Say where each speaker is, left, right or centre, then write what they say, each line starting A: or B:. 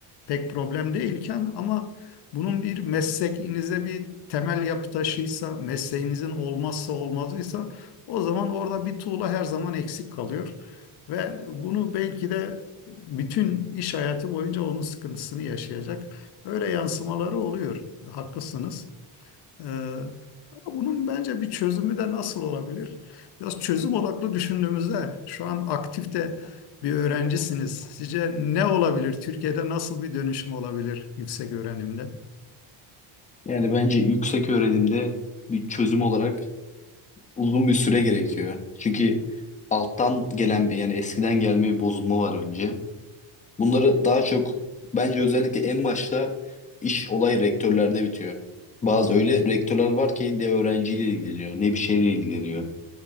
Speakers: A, on the left; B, on the left.
A: pek problem değilken ama bunun bir mesleğinize bir temel yapı taşıysa, mesleğinizin olmazsa olmazıysa o zaman orada bir tuğla her zaman eksik kalıyor. Ve bunu belki de bütün iş hayatı boyunca onun sıkıntısını yaşayacak. Öyle yansımaları oluyor. Haklısınız. Ee, ama bunun bence bir çözümü de nasıl olabilir? Biraz çözüm odaklı düşündüğümüzde şu an aktifte bir öğrencisiniz. Sizce ne olabilir? Türkiye'de nasıl bir dönüşüm olabilir yüksek öğrenimde?
B: Yani bence yüksek öğrenimde bir çözüm olarak uzun bir süre gerekiyor. Çünkü alttan gelen bir yani eskiden gelme bir bozulma var önce. Bunları daha çok bence özellikle en başta iş olay rektörlerde bitiyor. Bazı öyle rektörler var ki ne öğrenciyle ilgileniyor ne bir şeyle ilgileniyor.